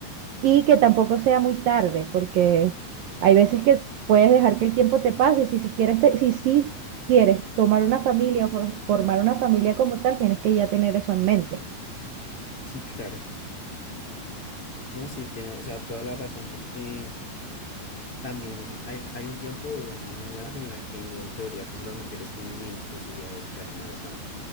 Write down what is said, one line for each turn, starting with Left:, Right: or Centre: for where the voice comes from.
Right: y que tampoco sea muy tarde, porque hay veces que puedes dejar que el tiempo te pase y si, si quieres, te- si, sí quieres tomar una familia o for- formar una familia como tal, tienes que ya tener eso en mente.
Left: sí, claro. No, sí, tiene, o sea, toda la razón, porque también hay, hay un tiempo, o bueno, una edad en la que en teoría, pues las mujeres tienen menos posibilidad de quedar embarazadas.